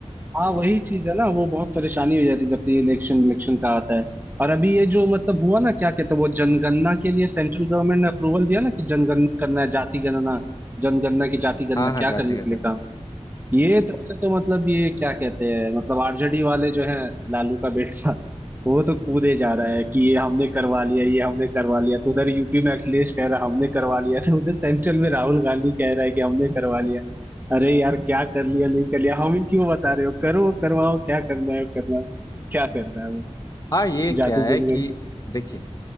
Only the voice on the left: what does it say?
हाँ हाँ
जाति
का
जनगणना
हाँ ये
क्या है
कि देखिए